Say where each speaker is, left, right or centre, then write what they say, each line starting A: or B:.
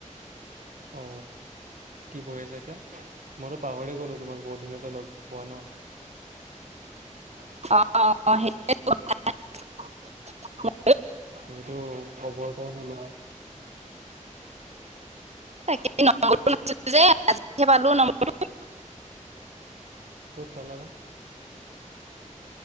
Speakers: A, on the right; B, on the right.
A: অ কি কৰি আছা এতিয়া। মইতো পাহৰি গলো তোমাক বহুত দিনতে লগ পোৱা ন। অহ
B: অ সেইটোৱে <unintelligible>
A: তুমিতো খবৰ এটাও নোলোৱা।
B: তাকে নম্বৰ নাছিল যে আজি পালো নম্বৰটো
A: ক'ত পালাবা